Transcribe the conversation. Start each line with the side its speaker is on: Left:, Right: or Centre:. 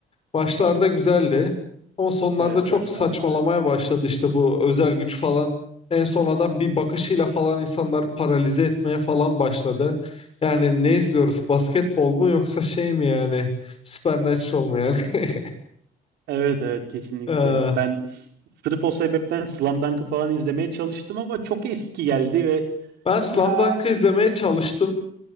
Left: Başlarda güzeldi ama sonlarda
Right: Evet
Left: çok
Right: başlarda
Left: saçmalamaya
Right: güzeldi.
Left: başladı işte bu özel güç falan. En son adam bir bakışıyla falan insanlar paralize etmeye falan başladı. Yani ne izliyoruz? Basketbol mu yoksa şey mi yani? Supernatural mu yani? <laughs>
Right: Evet evet kesinlikle.
Left: Ee,
Right: Ben s- sırf o sebepten Slam Dunk'ı falan izlemeye çalıştım ama çok eski geldi ve
Left: ben Slam
Right: ya
Left: Dunk'ı izlemeye çalıştım.